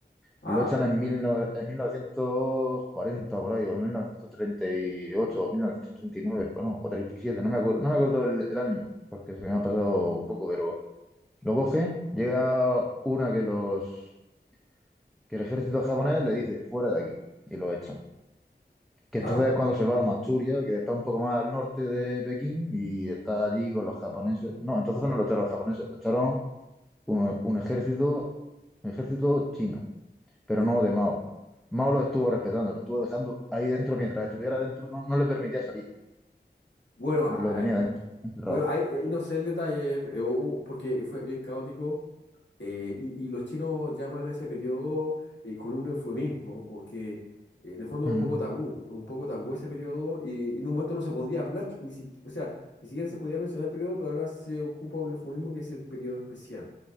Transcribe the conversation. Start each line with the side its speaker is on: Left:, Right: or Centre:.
Left: ah,
Centre: Lo echan en, mil no- en 1940 por ahí, o en 1938, o 1939 o no, o treinta y siete no me acuerdo, no me acuerdo el, el año, porque se me ha pasado un poco, pero lo coge, llega una que los que el ejército japonés le dice, fuera de aquí, y lo echan que entonces
Left: ah,
Centre: es cuando se va a Manchuria, que está un poco más al norte de Pekín y está allí con los japoneses. No, entonces no lo echaron los japoneses, lo echaron un, un ejército, un ejército chino, pero
Left: eh,
Centre: no de Mao. Mao lo estuvo respetando, lo estuvo dejando ahí dentro mientras estuviera dentro, no, no le permitía salir,
Left: bueno, ah,
Centre: lo tenía dentro, encerrado.
Left: bueno, ahí, ahí no sé el detalle, eh, eh, hubo- porque fue bien caótico, Eh, y, y los chinos llaman a ese periodo eh, con un eufemismo, porque eh, en el fondo es
Centre: Ujú,
Left: un poco tabú, un poco tabú ese periodo, y, en un momento no se podía hablar, ni si- o sea, ni siquiera se podía mencionar el periodo, pero ahora se ocupa un eufemismo que es el periodo especial.